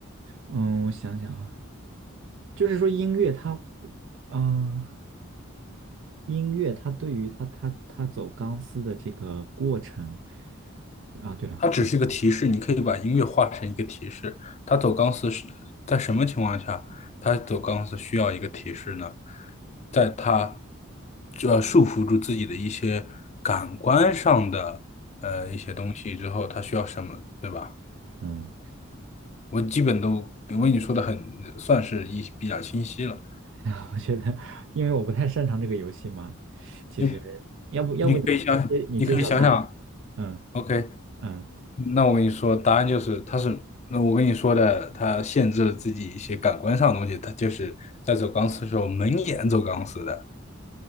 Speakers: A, on the right; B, on the left.
A: 嗯，我想想啊，就是说音乐它会，啊、音乐它对于他他他走钢丝的这个过程，啊，对了。
B: 它只是一个提示，你可以把音乐化成一个提示。它走钢丝是在什么情况下？它走钢丝需要一个提示呢？在它要束缚住自己的一些感官上的呃一些东西之后，它需要什么，对吧？
A: 嗯。
B: 我基本都因为你说的很算是一比较清晰了。
A: <laughs> 我觉得，因为我不太擅长这个游戏嘛，其实要不要不你揭你揭晓答案？
B: 你你可以想，你可以想想
A: 嗯
B: ，OK，
A: 嗯，
B: 那我跟你说，答案就是，他是，那我跟你说的，他限制了自己一些感官上的东西。他就是在走钢丝的时候，蒙眼走钢丝的，